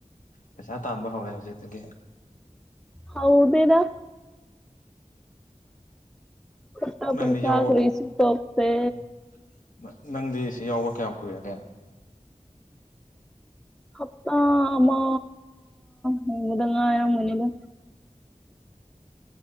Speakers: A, on the left (about 85°); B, in the centre.
A: ꯄꯩꯁꯥ ꯇꯥꯟꯕ ꯍꯧꯔꯦ ꯍꯧꯖꯤꯛꯇꯒꯤ
B: ꯍꯧꯗꯦꯗ ꯈꯠꯇ
A: ꯅꯪꯗꯤ
B: ꯄꯩꯁꯥ
A: ꯌꯥꯎꯕ
B: ꯀ꯭ꯔꯔꯤꯁꯤ ꯇꯇꯦ
A: ꯎꯝ ꯅꯪꯗꯤ ꯁꯤ ꯌꯥꯎꯕ ꯀꯌꯥꯝ ꯀꯨꯏꯔꯒꯦ
B: ꯍꯞꯇꯥ ꯑꯃ ꯒꯨꯝꯕꯗ ꯉꯥꯏꯔ ꯃꯅꯤꯗ